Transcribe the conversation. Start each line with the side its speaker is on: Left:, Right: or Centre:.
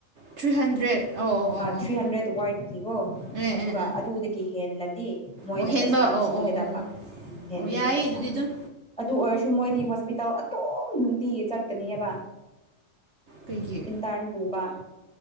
Right: ꯊ꯭ꯔꯤ ꯍꯟꯗ꯭ꯔꯦꯠ ꯑꯧ ꯑꯧ ꯑꯧ
Centre: ꯊ꯭ꯔꯤ
Right: ꯑꯧ
Centre: ꯍꯟꯗ꯭ꯔꯦꯗ ꯋꯥꯏꯗꯀꯤꯀꯣ
Right: ꯑꯦ
Centre: ꯑꯗꯨꯒ
Right: ꯑꯦ ꯑꯦ
Centre: ꯑꯗꯨꯗꯒꯤ ꯍꯦꯜꯂꯗꯤ ꯃꯣꯏꯅ
Right: ꯑꯣ ꯍꯦꯟꯕ
Centre: ꯄꯩꯁꯥ
Right: ꯑꯧ
Centre: ꯊꯤꯒꯗꯕ
Right: ꯑꯧ ꯑꯧ ꯑꯧ
Centre: ꯎ ꯍꯦꯟꯕꯒꯤ
Right: ꯑꯣ ꯌꯥꯏꯌꯦ
Centre: ꯄꯩꯁꯥ
Right: ꯑꯗꯨꯗꯤ ꯑꯗꯨꯝ
Centre: ꯑꯗꯨ ꯑꯣꯏꯔꯁꯨ ꯁꯨꯝ ꯃꯣꯏꯗꯤ ꯍꯣꯁꯄꯤꯇꯥꯜ ꯑꯇꯣꯝ ꯅꯨꯡꯇꯤꯒꯤ ꯆꯠꯀꯅꯦꯕ
Right: ꯀꯩꯒꯤ
Centre: ꯏꯟꯇꯥꯟꯄꯨꯕ